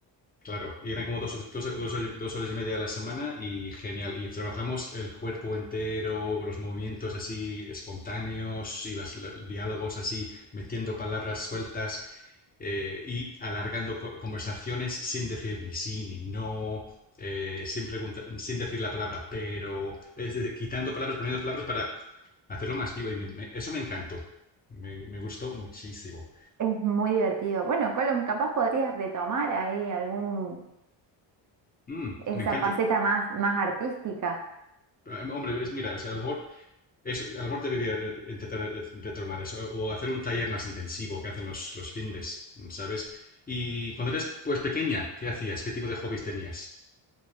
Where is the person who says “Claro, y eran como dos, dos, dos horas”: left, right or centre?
Left